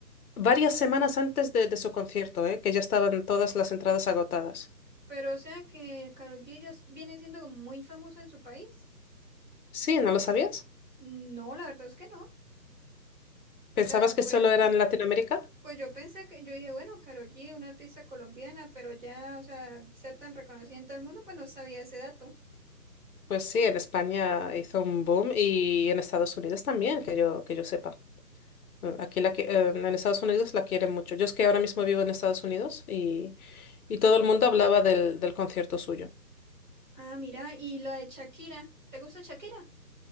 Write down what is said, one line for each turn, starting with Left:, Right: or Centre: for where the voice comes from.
Left: varias semanas antes de, de su concierto, ¿eh? que ya estaban todas las entradas agotadas.
Right: Pero o sea que Karol G ya s- viene siendo como muy famosa en su país.
Left: Sí, ¿no lo sabías?
Right: No, la verdad es que no. O sea,
Left: ¿Pensabas
Right: pues,
Left: que solo era en Latinoamérica?
Right: pues yo pensé que, yo dije, bueno, Karol G, una artista colombiana, pero ya, o sea, ser tan reconocida en todo el mundo, pues no sabía ese dato.
Left: Pues sí, en España hizo un boom y en Estados Unidos también, que yo, que yo sepa. Eh, Aquí la, qui- eh, en Estados Unidos la quieren mucho. Yo es que ahora mismo vivo en Estados Unidos y, y todo el mundo hablaba del, del concierto suyo.
Right: Ah, mira, y lo de Shakira, ¿te gusta Shakira?